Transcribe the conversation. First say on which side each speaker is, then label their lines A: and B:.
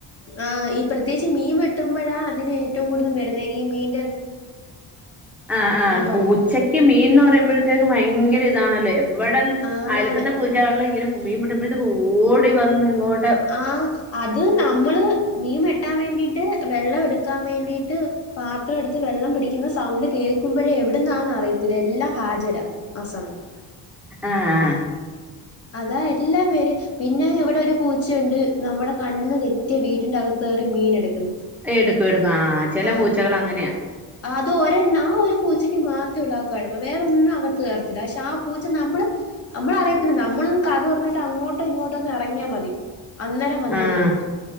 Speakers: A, on the left; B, in the centre.
A: ആ ഈ പ്രത്യേകിച്ച് മീൻ വെട്ടുമ്പോഴാ അതിന് ഏറ്റവും കൂടുതൽ വരുന്നെ ഈ മീൻ.
B: ആ ആഹൊ
A: പറഞ്ഞ്.
B: പൂച്ചക്ക് മീൻന്ന് പറയുമ്പോഴത്തേക്കും ഭയങ്കര. ഇതാണല്ലോ എവിടെ
A: ആന്നാണ്.
B: അയലക്കത്തെ പൂചകൾ ഇങ്ങനെ മീൻവെട്ടുമ്പ ഴത്തക്കെ ഓടി വന്ന് ഇങ്ങോട്ട
A: ആ അത് നമ്മള് മീൻ വേട്ടാൻ വേണ്ടിട്ട് വെള്ളം എടുക്കാൻ വേണ്ടിട്ട് പാത്രം എടുത്ത് വെള്ളം പിടിക്കുന്ന സൗണ്ട് കേൾക്കുമ്പോഴ എവിടുന്ന അറിയത്തില്ല എല്ലാം ഹാജരാവും ആ സമയം.
B: ആഹ
A: അതാ എല്ലാ പേരും പിന്നെ ഇവിടെ ഒരു പൂച്ചയുണ്ട് നമ്മുടെ കണ്ണ് തെറ്റ് മറ്റേ വീട്ടിന്റെ അകത്ത്കേറി മീൻ എടുക്കുന്ന്
B: എടുക്കും എടുക്കും ആഹ് ചില
A: ആഹ
B: പൂച്ചകൾ അങ്ങനെയാ
A: അത് ഒരെണ്ണ ആ ഒരു പൂച്ചയ്ക്ക് മാത്രമ ഉള്ളാകുഴപ്പം വേറൊന്നും അകത്ത് കേർത്തില്ല പക്ഷെ ആ പൂച്ച നമ്മള് നമ്മള അറിയത്തില്ലാ നമ്മളൊന്ന് കതക് തുറന്നിട്ട്‌ അങ്ങോട്ടോ ഇങ്ങോട്ടോ ഒന്ന് ഇറങ്ങിയാൽ മതി അന്നരം വന്ന്കേറും
B: ആഹ്